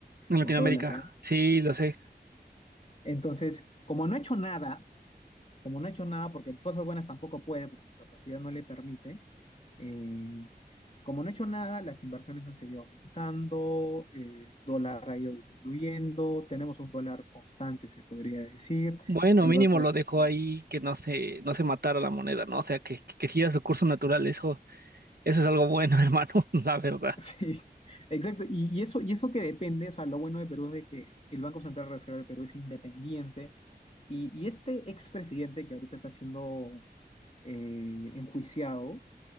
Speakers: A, on the right; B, on the left.
A: En Latinoamérica,
B: en toda la TAM.
A: sí, lo sé.
B: Entonces, como no ha hecho nada, como no ha hecho nada, porque cosas buenas tampoco puede, porque su capacidad no le permite, eh, como no ha hecho nada, las inversiones han seguido aumentando, el dólar ha ido disminuyendo, tenemos un dólar constante, se podría decir,
A: Bueno,
B: el
A: mínimo
B: Banco
A: lo
B: Central-
A: dejó ahí que no se, no se matara la moneda, ¿no? O sea, que, que, que siguiera su curso natural, eso Eso es algo bueno, <laughs> hermano, la verdad.
B: <laughs> Sí, exacto, y, y eso, y eso que depende, o sea, lo bueno de Perú es de que el Banco Central Reserva del Perú es independiente, y, y este expresidente que ahorita está siendo eh, enjuiciado,